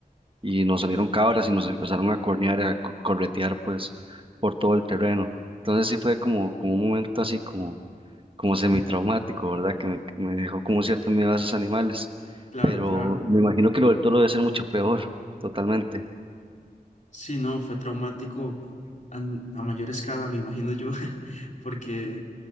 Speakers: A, on the right; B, on the left.
A: Y nos salieron cabras y nos empezaron a cornear, a co- corretear, pues, por todo el terreno. Entonces sí fue como, como un momento así como, como semitraumático, ¿verdad? Que me, me dejó como cierto miedo a esos animales.
B: Claro,
A: Pero
B: claro.
A: me imagino que lo del toro debe ser mucho peor, totalmente.
B: Sí, no, fue traumático an- a, mayor escala, me imagino yo, <laughs> porque